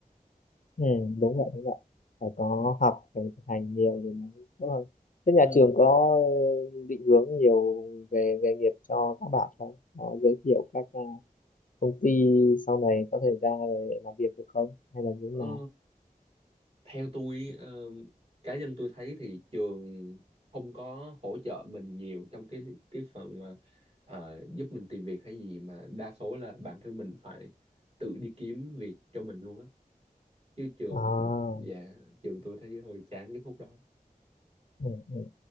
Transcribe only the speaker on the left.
ừ đúng vậy đúng vậy phải có học phải thực hành nhiều thì mới tốt hơn thế nhà
trường có ờ, định hướng nhiều về nghề nghiệp cho các bạn không có giới thiệu các ờ, công ty sau này có thể ra để làm việc được không hay là như
thế nào
à
ừ ừ